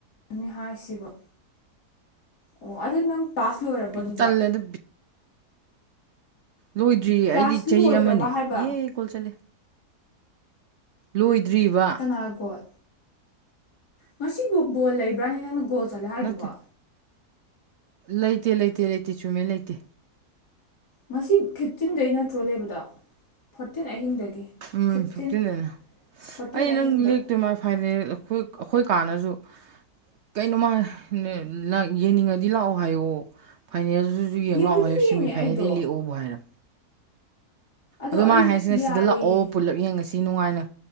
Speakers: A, on the left; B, on the right.
A: ꯑꯅꯤ ꯍꯥꯏꯁꯤꯕꯣ ꯑꯣ ꯑꯗꯨ ꯅꯪ ꯄꯥꯁ ꯂꯣꯏꯔꯕꯣ
B: ꯕꯤ-
A: ꯑꯗꯨꯗꯤ
B: ꯇꯜꯂꯦꯗ ꯂꯣꯏꯗ꯭ꯔꯤꯌꯦ
A: ꯀ꯭ꯂꯥꯁ
B: ꯑꯩꯗꯤ ꯆꯍꯤ
A: ꯂꯣꯏꯈ꯭ꯔꯕ
B: ꯑꯃꯅꯦ
A: ꯍꯥꯏꯕ
B: ꯌꯦ ꯀꯣꯜ ꯆꯜꯂꯦ ꯂꯣꯏꯗ꯭ꯔꯤꯕ
A: ꯀꯅꯥ ꯒꯣꯜ ꯉꯁꯤ ꯒꯣ ꯕꯣꯜ ꯂꯩꯕ꯭ꯔꯅꯦ ꯅꯪꯅ ꯒꯣꯜ ꯆꯠꯂꯦ ꯍꯥꯏꯗꯨꯕꯣ
B: ꯅꯠꯇꯦ ꯂꯩꯇꯦ ꯂꯩꯇꯦ ꯂꯩꯇꯦ ꯆꯨꯝꯃꯦ ꯂꯩꯇꯦ
A: ꯉꯁꯤ ꯐꯤꯞꯇꯤꯟꯗꯩ ꯅꯠꯇ꯭ꯔꯣ ꯂꯩꯕꯗꯣ ꯐꯣꯔꯇꯤꯟ ꯑꯍꯤꯡꯗꯒꯤ
B: ꯎꯝ
A: ꯐꯤꯐꯇꯤꯟ
B: ꯐꯤꯐꯇꯤꯟꯗꯅꯦ
A: ꯐꯣꯔꯇꯤꯟ
B: ꯑꯩ
A: ꯑꯍꯤꯡꯗ
B: ꯅꯪ ꯂꯤꯛ ꯇꯨꯃꯥ ꯐꯥꯏꯅꯦꯜ ꯑꯩꯈꯣꯏ ꯑꯈꯣꯏ ꯀꯥꯅꯖꯨ ꯀꯩꯅꯣꯃꯥ ꯅꯦ ꯂꯥꯛ ꯌꯦꯡꯅꯤꯡꯉꯗꯤ ꯂꯥꯑꯣ ꯍꯥꯏꯌꯣ ꯐꯥꯏꯅꯦꯜꯖꯨ ꯗꯨꯖꯨ ꯌꯦꯡ
A: ꯌꯦꯡꯕꯨꯗꯤ
B: ꯂꯥꯛꯑꯣ ꯍꯥꯏ
A: ꯌꯦꯡꯉꯦ
B: ꯁꯦꯃꯤꯐꯥꯏꯅꯦꯜꯗꯩ
A: ꯑꯩꯗꯣ
B: ꯂꯦꯛꯑꯣꯕꯨ ꯍꯥꯏꯔꯝ
A: ꯑꯗꯣ
B: ꯑꯗꯨ
A: ꯑꯩ
B: ꯃꯥ ꯍꯥꯏꯁꯤꯅ
A: ꯌꯥꯔꯣꯏꯌꯦ
B: ꯁꯤꯗ ꯂꯥꯑꯣ ꯄꯨꯂꯞ ꯌꯦꯡꯉꯁꯤ ꯁꯤ ꯅꯨꯡꯉꯥꯏꯅ